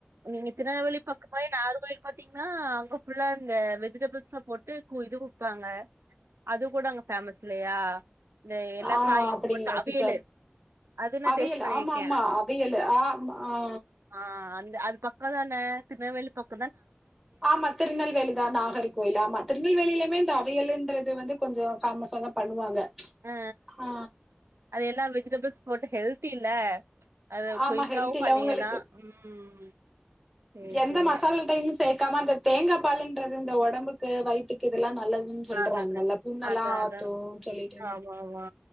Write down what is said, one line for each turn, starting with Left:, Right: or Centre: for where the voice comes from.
Right: நீங்க திருநெல்வேலி பக்க போய் நாகர்கோயில் பாத்தீங்கன்னா அங்க உல்ல இந்த வெஜிடபிள்ஸ்ல போட்டு இது குப்பாங்க அது கூட அங்க ஃபேமஸ் இல்லயா இந்த எல்லா
Centre: ஆ
Right: காயும்
Centre: அப்டிங்களா
Right: போட்டு அவியலு
Centre: சிஸ்டர்
Right: அது நா
Centre: அவியல்
Right: டேஸ்ட் பண்ணிருக்கே
Centre: ஆமா ஆமா அவியலு ஆம் ஆ
Right: ஆ அது பக்க தான திருநெவேலி பக்க
Centre: ஆமா திருநெல்வேலி தான் நாகர்கோயில் ஆமா திருநெல்வேலிலையுமே அவையல்ன்றது வந்து கொஞ்ச ஃபேமஸா தா பண்ணுவாங்க
Right: அ
Centre: ஆ
Right: அது எல்லா வெஜிடபிள்ஸ் போட்டு ஹெல்தில்ல அது
Centre: ஆமா
Right: குயிக்காவு
Centre: ஹெல்த்தில
Right: பண்ணயிரலா
Centre: உங்களுக்கு
Right: ம் சேரி
Centre: எந்த
Right: சேரி
Centre: மசாலா டைம் சேத் க்காம இந்த தேங்கா பால்ன்றது இந்த உடம்புக்கு வயித்துக்கு இதெல்லா நல்லது ம் சொல்றாங்கல
Right: நல்லது
Centre: புண்ணெல்லா
Right: அதா
Centre: ஆத்தும்
Right: அதா
Centre: சொல்லிட்டு
Right: ஆமா ஆமா